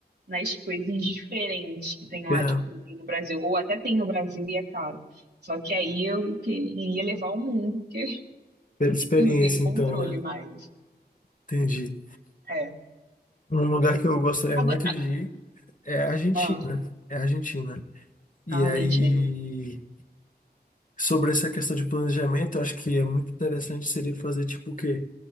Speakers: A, on the right; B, on the left.
A: nas coisas diferentes que tem lá,
B: Pela,
A: tipo, que não tem no Brasil. Ou até tem no Brasil e é caro. Só que aí eu que- iria levar o mundo, porque
B: pela experiência,
A: <laughs> eu não tenho controle
B: então, né?
A: mais.
B: Entendi.
A: É.
B: Um lugar que eu gostaria
A: Agora.
B: muito de ir. É a Argentina,
A: Ah,
B: é a Argentina. E
A: ah,
B: aí,
A: Argentina.
B: sobre essa questão de planejamento, eu acho que é muito interessante seria fazer tipo o quê?